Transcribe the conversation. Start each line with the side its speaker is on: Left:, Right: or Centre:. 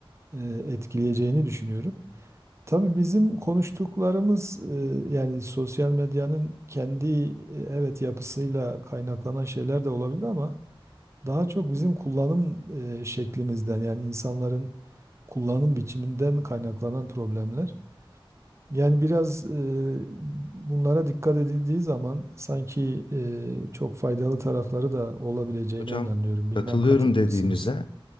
Right: e, etkileyeceğini düşünüyorum. Tabii bizim konuştuklarımız e, yani sosyal medyanın kendi e, evet yapısıyla kaynaklanan şeyler de olabilir ama daha çok bizim kullanım e, şeklimizden yani insanların kullanım biçiminden kaynaklanan problemler. Yani biraz e, bunlara dikkat edildiği zaman sanki e, çok faydalı tarafları da olabileceğine
Left: Hocam
Right: inanıyorum. Bilmem
Left: katılıyorum
Right: katılır
Left: dediğinize.
Right: mısınız?